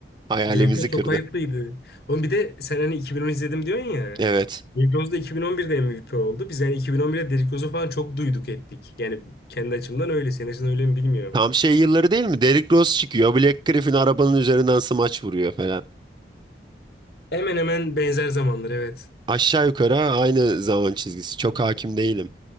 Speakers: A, on the right; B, on the left.
A: Hayalimizi
B: Derrick Rose çok
A: kırdı.
B: ayıplıydı. Oğlum bir de sen hani 2010 izledim diyorsun ya.
A: Evet.
B: Derrick Rose da 2011'de MVP oldu. Biz yani 2011'de Derrick Rose'u falan çok duyduk ettik. Yani kendi açımdan öyle. Senin açın öyle mi bilmiyorum.
A: Tam şey yılları değil mi? Derrick Rose çıkıyor. Black Griffin arabanın üzerinden smaç vuruyor falan.
B: Hemen hemen benzer zamanlar evet.
A: Aşağı yukarı aynı zaman çizgisi. Çok hakim değilim